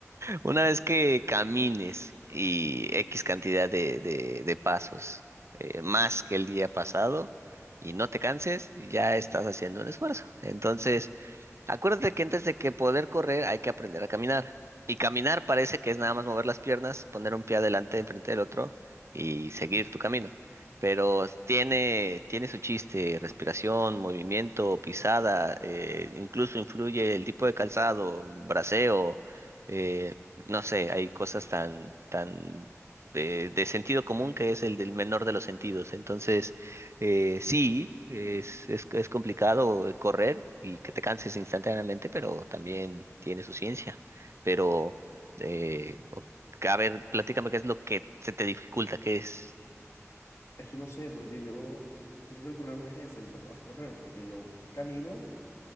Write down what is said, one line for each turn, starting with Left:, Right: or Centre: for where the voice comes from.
Right: Una vez que camines y X cantidad de, de, de pasos eh, más que el día pasado y no te canses, ya estás haciendo un esfuerzo. Entonces, Acuérdate que antes de que poder correr hay que aprender a caminar. Y caminar parece que es nada más mover las piernas, poner un pie adelante enfrente del otro y seguir tu camino. Pero tiene, tiene su chiste, respiración, movimiento, pisada, eh, incluso influye el tipo de calzado, braceo, eh, no sé, hay cosas tan, tan eh, de sentido común que es el del menor de los sentidos. Entonces, eh, sí, es, es, es complicado eh, correr y que te canses instantáneamente, pero también tiene su ciencia. Pero, eh, o- a ver, platícame qué es lo que se te dificulta, qué es.
Left: Es que no sé, porque yo creo que el problema es ese, el problema es correr, porque yo camino